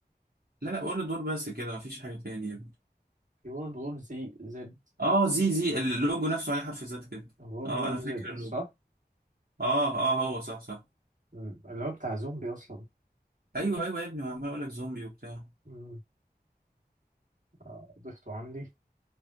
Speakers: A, on the right; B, on the right.
A: لا لا ولا دور بس كده مفيش حاجه تانية يا ابني
B: في وورلد وور زي زد
A: اه زي زي اللوجو نفسه عليه حرف زد كده
B: وورلد
A: اه
B: وور
A: انا فاكر
B: زد
A: اللوجو
B: صح؟
A: اه اه هو صح صح
B: مم. اللي هو بتاع زومبي اصلا
A: ايوه ايوه يا ابني ما عمال اقول لك زومبي وبتاع
B: مم. آه، ضفته عندي